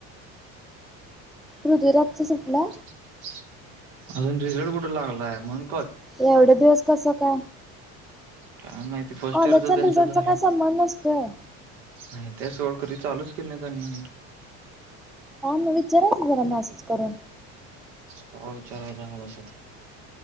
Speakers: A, in the centre; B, on the right.
A: हृदयराजचा सुटला
B: <unintelligible> अजून रिझल्ट कुठे लागलाय मग
A: एवढा दिवस कसं काय
B: काय माहिती फर्स्ट
A: कॉलेजचा
B: इयरच त्यांच
A: आणि रिझल्टचा
B: झालं
A: काय संबंध नसतोय
B: नाही त्या सवळ कधी चालूच केले नाही त्यांनीही
A: काम विचारायच जरा मसेज करून
B: का विचारयता बसत